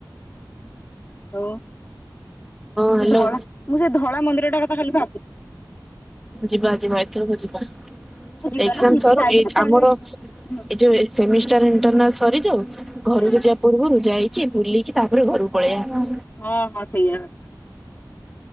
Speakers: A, on the left; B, in the centre.
A: ହଉ
B: ହ୍ୟାଲୋ
A: ସେ ଧଳା ମୁଁ ସେ ଧଳା ମନ୍ଦିର ଟା କଥା ଖାଲି ଭାବୁଚି।
B: ଯିବା ଯିବା ଏଥରକୁ ଯିବା
A: ମୁଁ ଯିବା
B: ଏ
A: ନା ଯିବା
B: ସ
A: ଯାଇକି
B: ଏ
A: ତ ପଳେଇ
B: ଆମର
A: ଆସିବୁ
B: <unintelligible>
A: ହୁଁ
B: ଏଇ ଯୋଉ ସେମିଷ୍ଟାର ଇଣ୍ଟରନାଲ୍ ସରିଯାଉ ଘରକୁ
A: ହୁଁ
B: ଯି ପୂର୍ବରୁ ଯାଇକି ବୁଲିକି ତାପରେ ଘରକୁ ପଳେଇବା।
A: ହଁ ହଁ ସେଇଆ କରିବା।